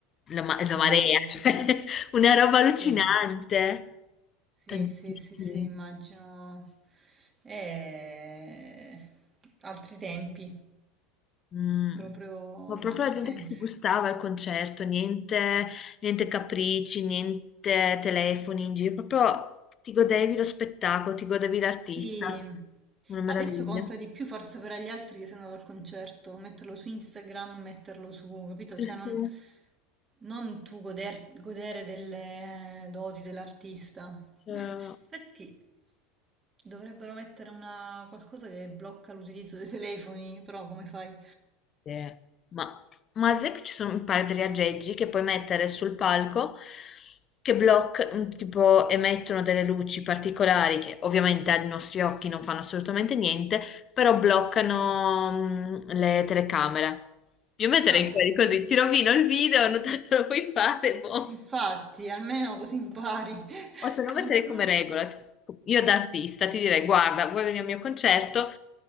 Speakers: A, on the left; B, on the right.
A: La, ma- la
B: Mamma
A: marea,
B: mia.
A: <laughs> cioè, una roba allucinante.
B: Sì, sì,
A: Tantissimi.
B: sì, sì, sì, immagino. Eh, altri tempi,
A: Mm.
B: proprio
A: Ma proprio
B: in tutti
A: la gente
B: i sensi.
A: che si gustava al concerto, niente, niente capricci, niente telefoni in giro, proprio ti godevi lo spettacolo, ti godevi l'artista.
B: Sì,
A: Una meraviglia.
B: adesso conta di più far sapere agli altri che sei andato al concerto, metterlo su Instagram, metterlo su, capito?
A: Sì,
B: Cioè
A: sì,
B: non,
A: sì.
B: non tu goder- godere delle doti dell'artista.
A: Cioè,
B: Eh, Infatti dovrebbero mettere una qualcosa che blocca l'utilizzo dei telefoni, però come fai?
A: Sì. Ma, ma ad esempio ci sono un paio di aggeggi che puoi mettere sul palco che bloccano, tipo emettono delle luci particolari che ovviamente ai nostri occhi non fanno assolutamente niente, però bloccano mm, le telecamere. Io metterei
B: Ah,
A: quelli così, ti rovino il video, non te lo puoi fare, boh.
B: infatti, almeno così impari. <laughs>
A: O se no
B: Non
A: metterei
B: so
A: come regola, tipo, io da artista ti direi, guarda, vuoi venire al mio concerto,